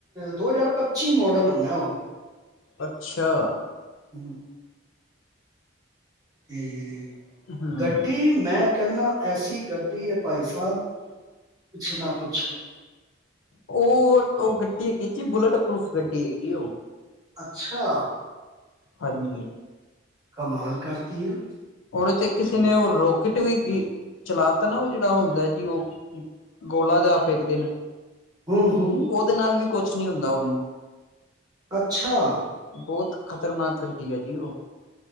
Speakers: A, on the right; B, on the left.
A: ਦੋ ਹਜ਼ਾਰ ਪੱਚੀ ਮੋਡਲ ਹੋਣਾ ਉਹ
B: ਅੱਛਾ
A: ਹਮ ਅਤੇ
B: ਹੂੰ
A: ਗੱਡੀ ਮੈਂ ਕਹੰਨਾ ਐਸੀ ਗੱਡੀ ਹੈ ਭਾਈ ਸਾਹਿਬ ਕੁੱਛ ਨਾ ਪੁੱਛੋ
B: ਉਹ ਉਹ ਗੱਡੀ ਹੈਗੀ ਜੀ ਬੁਲੇਟ ਪਰੂਫ ਗੱਡੀ ਹੈਗੀ ਉਹ
A: ਅੱਛਾ।
B: ਹਾਂਜੀ
A: ਕਮਾਲ ਕਰਤੀ ਆ।
B: ਹੋਰ ਉੱਥੇ ਕਿਸੇ ਨੇ ਉਹ ਰੋਕਟ ਵੀ ਚਲਾ ਤ ਨਾ ਉਹ ਜਿਹੜਾ ਹੁੰਦਾ ਜੀ ਉਹ। ਗੋਲਾ ਜਾ ਆਪੇ ਇੱਕ ਦਿਨ।
A: ਹੂੰ ਹੂੰ
B: ਉਹਦੇ ਨਾਲ ਵੀ ਕੁਛ ਨਹੀਂ ਹੁੰਦਾ ਉਹਨੂੰ।
A: ਅੱਛਾ।
B: ਬਹੁਤ ਖ਼ਤਰਨਾਕ ਗੱਡੀ ਆ ਜੀ ਉਹ